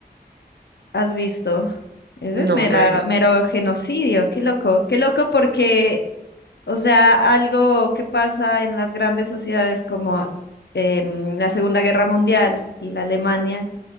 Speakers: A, on the left; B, on the right.
A: ¿has visto? Ese
B: no,
A: es mera,
B: no he visto.
A: mero genocidio, qué loco, qué loco porque, o sea, algo que pasa en las grandes sociedades como em, la Segunda Guerra Mundial y la Alemania